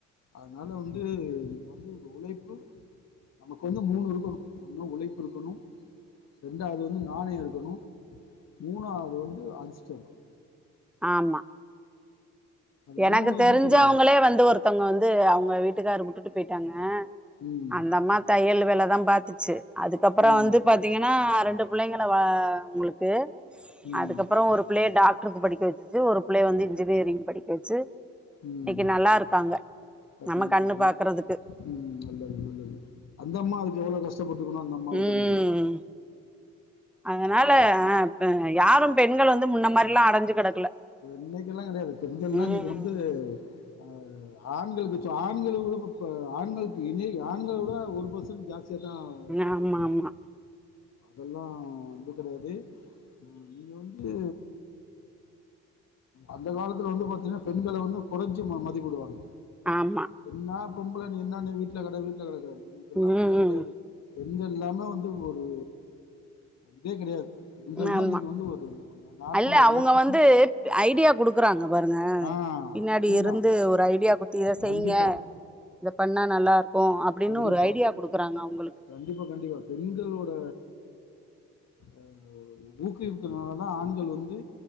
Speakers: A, on the left; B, in the centre.
A: அத்னால வந்து நீங்க வந்து உழைப்பு நமக்கு வந்து மூணு இருக்கணு ஒண்ணு உழைப்பு இருக்கணு ரெண்டாவது வந்து நாணயொ இருக்கணு மூணாவ்து வந்து அதிஷ்டொ இருக்கணு
B: ஆமா
A: அது
B: எனக்கு
A: இருந்துச்சுன்னு
B: தெரிஞ்சவங்களே
A: வைங்க
B: வந்து ஒருத்தங்க வந்து அவங்க வீட் டுக்காரு உட்டு போயிட்டாங்க
A: ம்,
B: அந்தம்மா தையல் வேலதா பாத்து ச்சு அதுக்கப்பறோ
A: ம்,
B: வந்து பாத்தீங்கன்னா ரெண் பிள்ளைங்கல வ அவுங்களுக்கு
A: ம்,
B: அதுக்கப்பறோ ஒரு புள்ளைய டாக்ட்ருக்கு படிக்க வச்சுச்சு ஒரு பிள்ளைய வந்து இ ன்ஜினியரிங் படிக்க வச்சு
A: ம்
B: இன்னைக்கு நல்லா இருக்காங்க
A: பாத்தீங்களா
B: நம்ம கண்ணு
A: அதான்
B: பாக்குறதுக்கு
A: ம் நல்லது நல்லது அந்த அம்மாவுக்கு எவ்வளவு கஷ் டபட்டுக்ககுனோ அந்த அம்மாவுக்கு
B: ம்
A: தா தெரியு
B: அதனால ஆ யாரும் பெண்கள் வந்து முன்ன மாரில்லா அடைஞ்சு கிடக்கல
A: இன்னைக்கெல்லா கெடையாது பெண்கள்லா
B: ம்
A: இன்னைக்கு வந்து ஆ ஆண்களுக்கு ச்ச ஆண்கள் விட இப்ப பெ ஆண்களுக்கு இனை ஆண்கள விட ஒரு பர்சன்ட் ஜா ஸ்திதா
B: ஆமா
A: உழைக்கிறாங்க
B: ஆமா
A: அதெல்லா வந்து கெடையாது நீங்க வந்து அந்த காலத்துல வந்து பாத்தீங்கன்னா பெண்கள வந்து குறச்சு ம மதிப்பிடுவாங்க
B: ஆமா
A: என்னாப் பொம்பல நீ என்னன்ன வீட்டுல கட வீட்ல கட இன்னைக்கெல்லா
B: ம்
A: அப்பில்லா கெடையாது பெண்கள் இல்லாமே வந்து ஒரு இதே கெடையாது பெண்கள்
B: ஆமா
A: தா இன்னைக்கு வந்து ஒரு நா நாட்டோட
B: அல்ல
A: வளர்ச்சிக்கும்
B: <unintelligible> ஐடியா குடுக்குறாங்க பாருங்க
A: ஆ
B: பின்னாடி
A: அதே
B: இருந்து
A: தான்
B: ஒரு ஐடியா குடுத்து இத செய்யங்க
A: கண்டிப்பாக
B: இத பண்ணா நல்லா இருக்கு அப்டின்னு
A: கண்டிப்பாக
B: ஒரு ஐடியா குடுக்குறாங்க அவங்களுக்கு
A: கண்டிப்பா கண்டிப்பா பெண்களோட ஆ ஊக்குவிப்புனாலதா ஆண்கள் வந்து